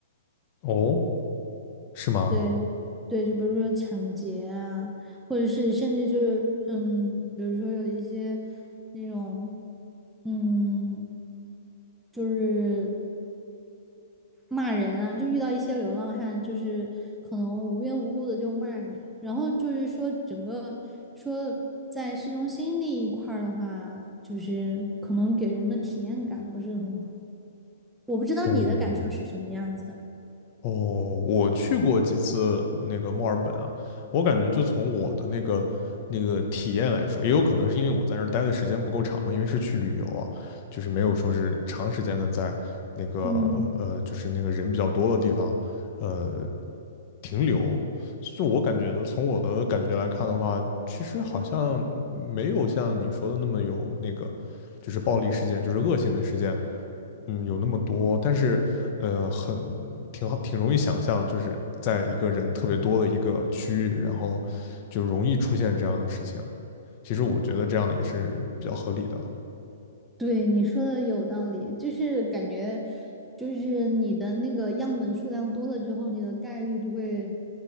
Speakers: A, on the left; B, in the centre.
A: 哦，是吗？
B: 对，对，就比如说抢劫啊，或者是甚至就是，嗯，比如说有一些那种，嗯，就是骂人啊，就遇到一些流浪汉，就是可能无缘无故的就骂你，然后就是说整个说在市中心那一块儿的话，就是可能给人的体验感不是很好，我不知道你的感受是什么样子的，
A: 哦，哦，我去过几次那个墨尔本啊，我感觉就从我的那个那个体验来说，也有可能是因为我在那儿待的时间不够长嘛，因为是去旅游啊，就是没有说是长时间的在那个呃，
B: 嗯。
A: 就是那个人比较多的地方呃停留。就我感觉的，从我的感觉来看的话，其实好像没有像你说的那么有那个，就是暴力事件，就是恶性的事件。嗯，有那么多，但是，呃，很挺好，挺容易想象，就是在一个人特别多的一个区域，然后就容易出现这样的事情。其实我觉得这样也是比较合理的。
B: 对，你说的有道理，就是感觉，就是你的那个样本数量多了之后，你的概率就会